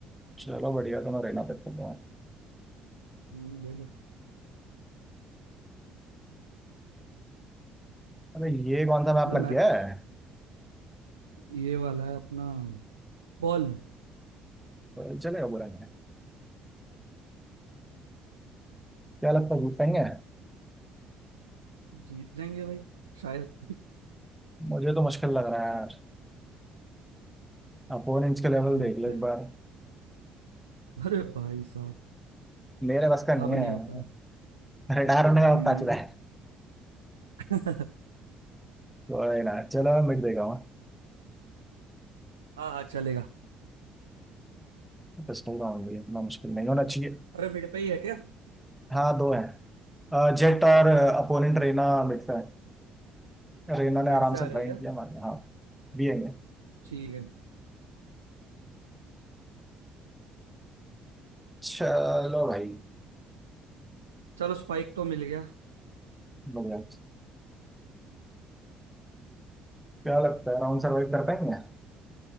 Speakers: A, in the centre; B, on the right.
A: चलो बढ़िया तो मैं रहना पे खेल रहा हूँ
B: हम्म, ले लो
A: अरे ये कौन सा मैप
B: अरे
A: लग
B: मैच
A: गया है
B: ये वाला है अपना बॉल
A: पर चलेगा बुरा नहीं है। क्या लगता है जीत पाएंगे
B: जीत जाएंगे भाई शायद <laughs>
A: मुझे तो मुश्किल लग रहा है यार अपोनेंट्स के लेवल
B: देखते
A: देख लो एक
B: हैं।
A: बार
B: अरे भाई साहब
A: मेरे बस का नहीं
B: अब नहीं
A: है
B: होता
A: रिटायर होने का
B: हम्म
A: वक्त आ
B: हम्म।
A: चुका है
B: <laughs>
A: कोई ना चलो मैं मिट देगा वहाँ
B: हाँ हाँ चलेगा
A: पिस्टल का होंगी इतना मुश्किल नहीं होना चाहिए
B: अरे मिड पे ही है क्या
A: हाँ दो हैं जेट और अपोनेंट रेना मिट पे हैं रेना ने
B: मिड
A: आराम
B: से आ
A: से ब्लाइंड
B: रहे क्या
A: किया मारे हाँ भी आएंगे
B: ठीक है
A: चलो भाई
B: चलो स्पाइक तो मिल गया
A: लोग यार क्या लगता है राउंड सर्वाइव कर पाएंगे